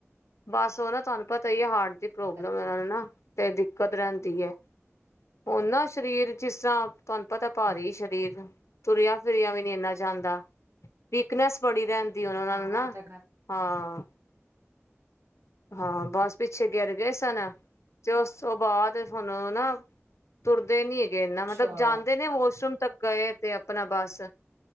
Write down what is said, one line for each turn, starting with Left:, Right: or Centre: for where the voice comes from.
Left: ਬਸ ਉਹ ਨਾ ਤੁਹਾਨੂੰ ਪਤਾ ਹੀ ਹੈ‌ ਹਾਰਟ ਦੀ ਪ੍ਰੋਬਲਮ
Right: ਅੱਛਾ
Left: ਨੂੰ ਨਾ ਤੇ ਦਿੱਕਤ ਰਹਿੰਦੀ ਹੈ। ਹੁਣ ਨਾ ਸਰੀਰ ਜਿਸ ਤਰ੍ਹਾਂ ਤੁਹਾਨੂੰ ਪਤਾ ਭਾਰੀ
Right: ਹਾਂਜੀ
Left: ਸ਼ਰੀਰ ਤੁਰਿਆ ਫਿਰਿਆ ਵੀ ਨਹੀਂ ਇੰਨਾ ਜਾਂਦਾ। ਵੀਕਨੈਸ ਬੜੀ ਰਹਿੰਦੀ ਓਹਨਾਂ
Right: ਹਾਂ
Left: ਨੂੰ ਨਾ
Right: ਇਹ ਤਾਂ ਗੱਲ
Left: ਹਾਂ ਹਾਂ, ਬਸ ਪਿੱਛੇ ਗਿਰ ਗਏ ਸਨ ਤੇ ਉਸ ਤੋਂ ਬਾਅਦ ਹੁਣ ਨਾ ਤੁਰਦੇ ਨੀ ਹੈਗੇ ਇਨਾ
Right: ਅੱਛਾ
Left: ਮਤਲਬ ਜਾਂਦੇ ਨੇ ਵਾਸ਼ਰੂਮ ਤੱਕ ਗਏ‌ ਤੇ ਆਪਣਾ ਬਸ